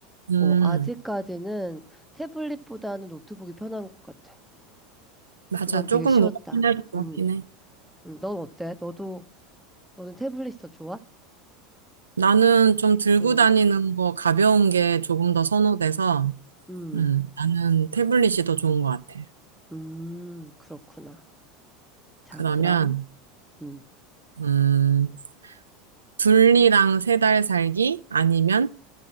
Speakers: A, on the right; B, in the centre.
A: 음,
B: 어, 아직까지는 태블릿보다는 노트북이 편한 것 같아.
A: 맞아.
B: 이건
A: 조금
B: 되게 쉬웠다.
A: 무겁긴 해도
B: 음,
A: 긴 해.
B: 음, 넌 어때? 너도, 너는 태블릿이 더 좋아?
A: 나는 좀 들고
B: 음,
A: 다니는 거 가벼운 게 조금 더 선호돼서,
B: 음,
A: 음, 나는 태블릿이 더 좋은 것 같아.
B: 음, 그렇구나. 자,
A: 그러면,
B: 그럼, 음,
A: 음, 둘리랑 세달 살기 아니면